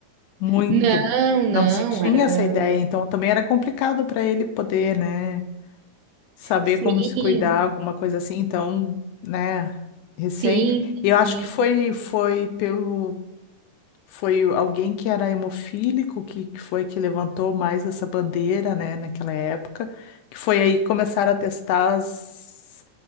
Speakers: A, on the left; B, on the right.
A: Muito.
B: Não, não,
A: Não se tinha
B: era
A: essa ideia, então também era complicado para ele poder, né, saber
B: sim,
A: como se cuidar, alguma coisa assim. Então, né, recém.
B: sim,
A: Eu acho
B: sim,
A: que foi, foi pelo. Foi o- alguém que era hemofílico que, que foi que levantou mais essa bandeira, né, naquela época, que foi aí que começaram a testar as,